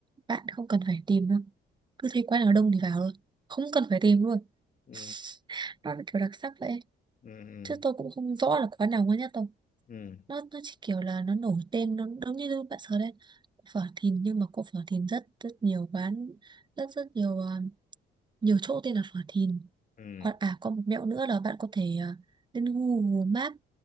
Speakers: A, on the right (about 25°); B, on the left (about 45°).
A: bạn không cần phải tìm đâu. Cứ thấy quán nào đông thì vào thôi. Không cần phải tìm luôn. <laughs>
B: ừ
A: Nó là kiểu đặc sắc vậy.
B: ừ
A: Chứ tôi cũng không rõ là quán nào ngon nhất đâu.
B: ừ
A: Nó, nó chỉ kiểu là nó nổi tên, nó giống như bạn sợ đấy. Phở Thìn nhưng mà có phở Thìn rất rất nhiều quán, rất rất nhiều ờ, nhiều chỗ tên là phở Thìn
B: ừ
A: Hoặc à có một mẹo nữa là bạn có thể ờ, lên Google Maps